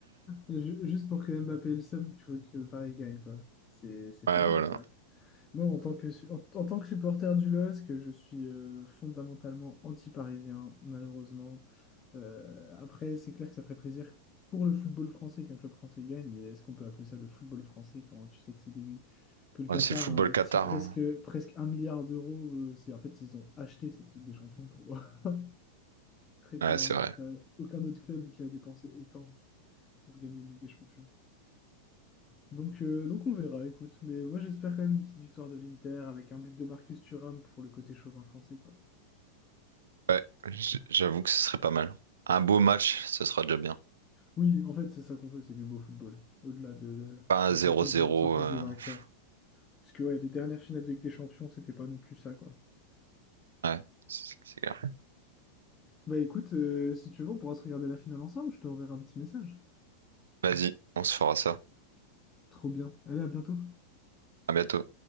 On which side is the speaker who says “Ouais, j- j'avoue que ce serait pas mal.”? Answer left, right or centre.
Right